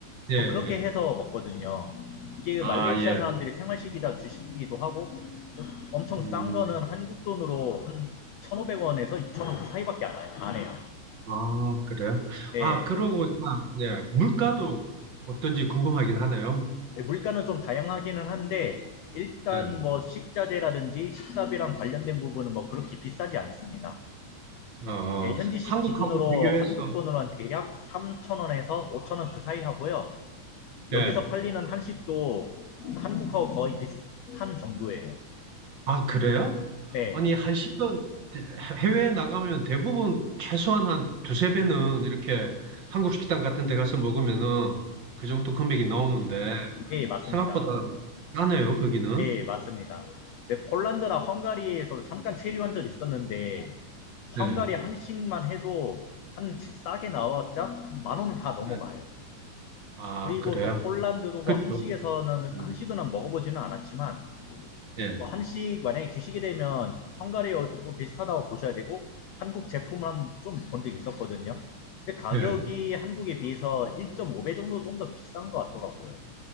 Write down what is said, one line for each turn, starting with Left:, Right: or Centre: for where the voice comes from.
Right: 예, 예.
Left: 뭐 그렇게 해서 먹거든요. 이게 그
Right: 아,
Left: 말레이시아
Right: 예.
Left: 사람들이 생활식이다 주식이기도 하고 엄청
Right: 음,
Left: 싼 거는 한국 돈으로 한 1,500원에서 2,000원 그 사이밖에 안, 해- 안 해요.
Right: 아, 그래요?
Left: 예.
Right: 아, 그러고 보니까, 네. 물가도 어떤지 궁금하긴 하네요.
Left: 예, 물가는 좀 다양하기는 한데 일단
Right: 네.
Left: 뭐 식자재라든지 식사비랑 관련된 부분은 뭐 그렇게 비싸지 않습니다.
Right: 어,
Left: 예, 현지식
Right: 한국하고
Left: 기준으로
Right: 비교해서,
Left: 한국 돈으로 한 대략 3,000원에서 5,000원 그 사이 하고요.
Right: 네.
Left: 여기서 팔리는 한식도 한국하고 거의 비슷한 정도예요.
Right: 아, 그래요?
Left: 네.
Right: 아니, 한 10년, 해외에 나가면 대부분 최소한 한 두세 배는 이렇게 한국 식당 같은 데 가서 먹으면은 그 정도 금액이 나오는데,
Left: 예, 맞습니다.
Right: 생각보다 싸네요, 거기는.
Left: 예, 맞습니다. 네, 폴란드나 헝가리에서 잠깐 체류한 적 있었는데,
Right: 네.
Left: 헝가리 한식만 해도 한 치- 싸게 나왔자 한만 원은 다 넘어가요.
Right: 네. 아,
Left: 그리고
Right: 그래요?
Left: 또 폴란드도 뭐
Right: 그쵸.
Left: 한식에서는,
Right: 음,
Left: 한식은 먹어보지는 않았지만,
Right: 예,
Left: 뭐 한식 만약에 드시게 되면 헝가리하고 비슷하다고 보셔야 되고, 한국 제품만 좀 본 적 있었거든요. 근데 가격이
Right: 예,
Left: 한국에 비해서 1.5배 정도 좀 더 비싼 것 같더라고요.